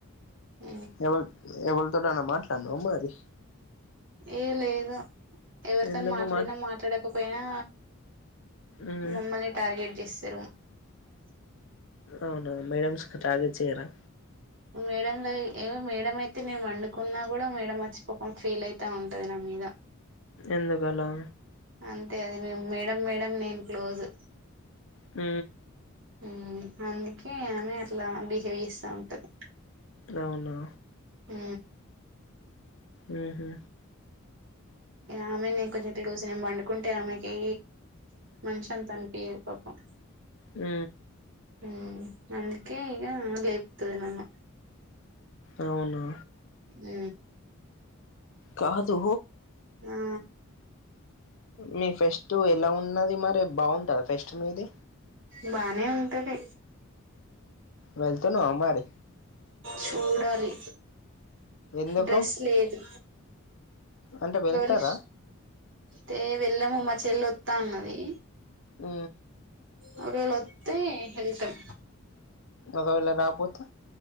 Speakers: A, on the right; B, on the left.
A: ఊ
B: ఎవల్ ఎవల్తోటన్న మాట్లాడ్నవా మరి
A: ఏ లేదు ఎవరితొన్
B: ఎందుకు
A: మాట్లాడినా
B: మాట్
A: మాట్లాడకపొయినా
B: ఉమ్
A: మమ్మల్నే టార్గెట్ జెస్తరు
B: అవునా మేడంమ్స్క్ టార్గెట్ చేయరా
A: మేడంలయి ఏమో మేడం అయితే నెన్ వండుకున్నా గుడా మేడమచ్చి పపం ఫీలయితా ఉంటది నా మీద
B: ఎందుకలా
A: అంతే అది మేం మేడం మేడం నేను క్లోజు
B: ఊ
A: ఉమ్మ్మ్ అందుకే ఆమె అట్లా బిహేవ్ చేస్తా ఉంటది
B: అవున
A: ఉ
B: ఉహూ
A: ఆమెనే కొంచెం క్లోజ్ ఏం పండు కుంటే ఆమెకి మనశాంతి అనిపియ్యదు పాపం
B: ఉ
A: ఉ అందుకే ఈగ లేపుతది నన్ను
B: అవున
A: ఉ
B: కాదు
A: ఆ
B: మీ ఫెస్ట్ ఎలా ఉన్నది మరిే బాగ ట ఫెస్ట్ మీది
A: బానే ఉంటది
B: వెళ్తున్నావా మరి
A: చూడాలి
B: ఎందుకు
A: డ్రెస్ లేదు
B: అంటే వెళ్తారా
A: గొలుసు తే వెళ్ళము మా చెల్లె వస్తా అన్నది
B: ఉ
A: ఒకవేళ వస్తే వెళ్తాం
B: ఒకవేళ రాకపోతే